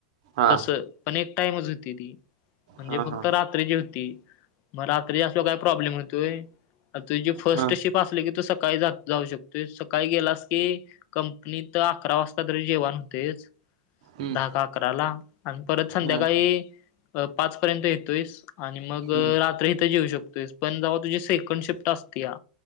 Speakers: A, on the right; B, on the left.
A: हा
B: तसं. पण एक टाइमच होती ती, म्हणजे
A: हा
B: फक्त
A: हा
B: रात्री ची होती. मग रात्री असल काय प्रॉब्लेम होतोय. तुझी फर्स्ट
A: हा
B: शिप असली की तू सकाळी जाऊ शकतो. तु सकाळी गेलास की कंपनी तर अकरा वाजता तरी जेवाण होतेचं.
A: हम्म
B: दहा का अकराला आणि परत संध्याकाळी
A: हा
B: पाच पर्यंत येतोयस आणि मग
A: हम्म
B: रात्री इथं जेव शकतोयस. पण जेव्हा तुझी सेकंड शिफ्ट असत्या.